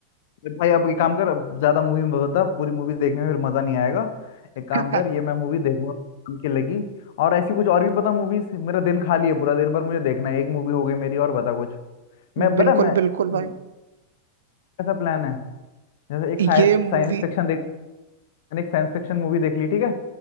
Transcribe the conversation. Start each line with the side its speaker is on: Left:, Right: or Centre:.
Left: भाई अब ये काम कर अब ज्यादा मूवी में बता पूरी मूवी देखने में फिर मजा नहीं आएगा एक काम
Right: भाई
Left: कर ये मैं मूवी देखूंगा काम की लगी और ऐसी कुछ और भी पता मूवीज मेरा दिन खाली है पूरा दिन भर मुझे देखना है एक मूवी हो गई मेरी और बता कुछ
Right: <laughs>
Left: मैं बता
Right: बिल्कुल
Left: मैं
Right: बिल्कुल भाई
Left: कैसा प्लान है जैसे एक साइंस
Right: ये मूवी
Left: साइंस फिक्शन देख मैंने एक साइंस फिक्शन मूवी देख ली ठीक है